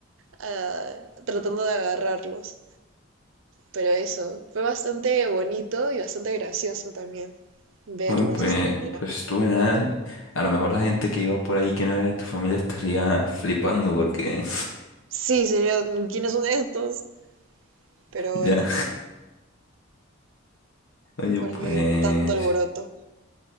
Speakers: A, on the right; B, on the left.
A: Ah, tratando de agarrarlos. Pero eso, fue bastante bonito y bastante gracioso también verlos
B: Bueno, pues,
A: de esa manera.
B: pues tú nada. A lo mejor la gente que iba por ahí que no era de tu familia estaría flipando porque
A: Sí, sería, ¿quiénes son estos? Pero bueno,
B: <laughs> ya. Oye,
A: porque
B: pues,
A: hay tanto alboroto.